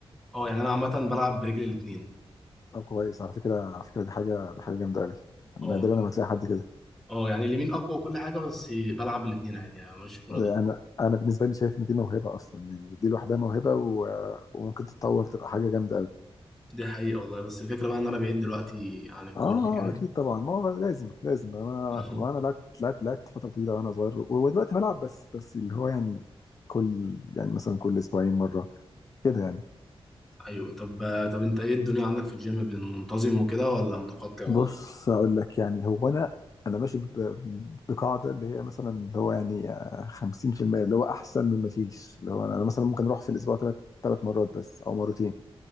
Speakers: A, in the centre; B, on the left (about 35°).
A: اه يعني انا عامه بلعب برجلي الاثنين
B: طب كويس على فكره على فكره دي حاجه دي حاجه جامده قوي
A: اه
B: نادرا لما تلاقي حد كده
A: اه يعني اليمين اقوى وكل حاجه بس بلعب بالاثنين عادي يعني ماشي كوره
B: انا
A: بالاثنين
B: انا بالنسبه لي شايف ان دي موهبه اصلا يعني دي لوحدها موهبه و... وممكن تتطور تبقى حاجه جامده قوي
A: دي حقيقه والله بس الفكره بقى ان انا بعيد دلوقتي عن الكوره
B: اه
A: كده
B: اكيد طبعا ما هو لازم لازم انا
A: <laughs>
B: وانا لعبت لعبت لعبت فتره طويله وانا صغير و- ودلوقتي بلعب بس بس اللي هو يعني كل يعني مثلا كل اسبوعين مره كده يعني
A: ايوه طب طب انت ايه الدنيا عندك في الجيم بين منتظم وكده ولا متقطع ولا
B: بص
A: ايه
B: اقول لك يعني هو انا انا ماشي ب- بقاعده اللي هي مثلا اللي هو يعني آه، 50% اللي هو احسن من ما فيش اللي هو انا أنا مثلا ممكن اروح في الاسبوع ثلاث ثلاث مرات بس او مرتين